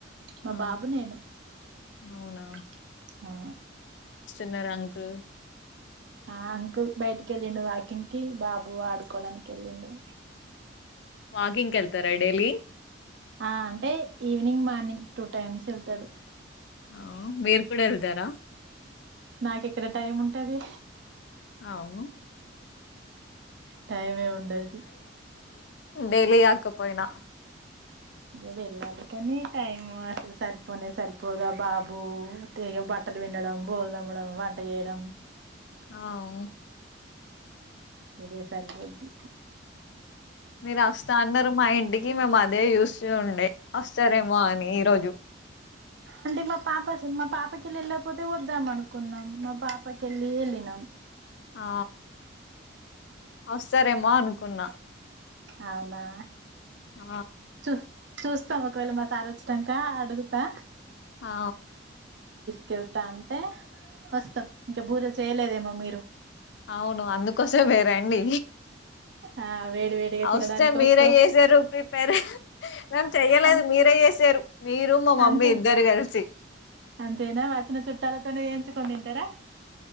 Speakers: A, on the right; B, on the left.
A: మా
B: ఆ
A: బాబు నేనుఆ
B: అవునా న్నారు అంకుల్
A: ఆ అంకుల్ బయటికి వెళ్ళిండు వాకింగ్ కి బాబు ఆడుకోవడానికి వెళ్ళిండు
B: వాకింగ్కి వెళ్తారా డైలీ
A: ఆ అంటే ఈవినింగ్ మార్నింగ్ టూ టైమ్స్ వెళ్తాడు
B: ఆ మీరు కూడా వెల్దారా
A: నాకు ఇక్కడ టైం ఉంటది
B: అవును
A: టైమే ఉండది
B: డెయిలీ కాకపోయినా
A: ఇంక వెళ్ళాలి కానీ టైం అసలు సరిపోనే సరిపోదు ఆ బాబు తెగ బట్టలు పిండడం బోలుతోమడం వంట చేయడం
B: ఆవు
A: ఇదే సరిపోద్ది
B: మీరు వస్తా అన్నారు మా ఇంటికి మేము అదే చూస్తూ ఉండే వస్తారేమో అని ఈరోజు
A: అంటే మా పాప మా పాపకి వెళ్ళి వెళ్ళకపోతే వద్దాం అనుకున్నాం మా పాపకిల్లీ వెల్లీ నమ్
B: ఆ వస్తారేమో అనుకు ఉన్న
A: అవునా
B: ఆ
A: చూ చూస్తాం ఒకవేళ మా సారి వచ్చాక అడుగుతా
B: అ
A: క్యూట్ అంటే వస్తాం ఇంకా బూరలు చేయలేదేమో మీరు
B: అవును అందుకోసమే వేరండి
A: ఆ వేడి వేడిగా తినడానికి
B: వస్తే మీరే
A: వస్తాం
B: చేసారు ప్రిపేర్ మేం చెయ్యలేదు
A: అం
B: మీరే చేసారు మీరు మా మమ్మీ
A: అంతే
B: ఇద్దరు కలిసి
A: అంతేనా వచ్చిన చుట్టాలతోనే ఏన్‌చుకోని తంటారా